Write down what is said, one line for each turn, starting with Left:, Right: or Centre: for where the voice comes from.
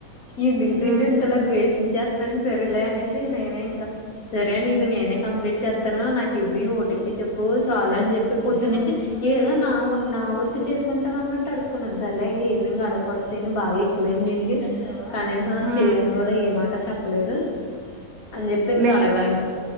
Left: ఎందుకు దీని
Right: హ్మ్.
Left: ఇంతలా ద్వేషి న్నా సరేలే అనేసి నేనే ఇంకా సరే అని ఇది నేనే కంప్లీట్ చేస్తాను నాకు ఇవ్వు ఇవ్వు ఓటీపీ చెప్పు చాలా అని చెప్ పొద్దునుంచి ఏదో నా నా వర్క్ చేసుకుంటాను అన్నట్టు అడుక్కున్నాను సార్లే ఇంక ఈవినింగ్ అడుక్కూడదు దీన్ని బాగా ఎక్కువయింది దీనికి కనీసం
Right: హ్మ్.
Left: చెయ్యని కూడా ఏమాట చెప్పలేదు అని చెప్పి ఇంకా
Right: నే
Left: అడగలే ఇంకా